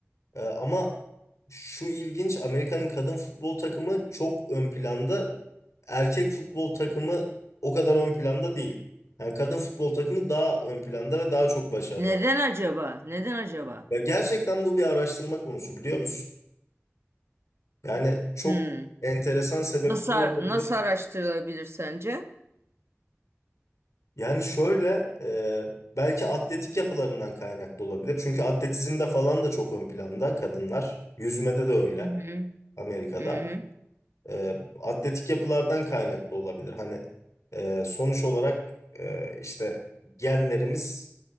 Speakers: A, on the left; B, on the right.
A: E, ama şu ilginç Amerika'nın kadın futbol takımı çok ön planda. Erkek futbol takımı o kadar ön planda değil. Yani kadın futbol takımı daha ön planda ve daha çok başarılı.
B: Neden acaba? Neden acaba?
A: Ve gerçekten bu bir araştırma konusu biliyor musun? Yani çok
B: Hmm.
A: enteresan sebepleri
B: Nasıl,
A: olabilir.
B: nasıl araştırılabilir sence?
A: Yani şöyle e, belki atletik yapılarından kaynaklı olabilir. Çünkü atletizmde falan da çok ön planda kadınlar. Yüzmede de öyle
B: Hı hı.
A: Amerika'da.
B: Hı hı.
A: E, atletik yapılardan kaynaklı olabilir. Hani e, sonuç olarak e, işte genlerimiz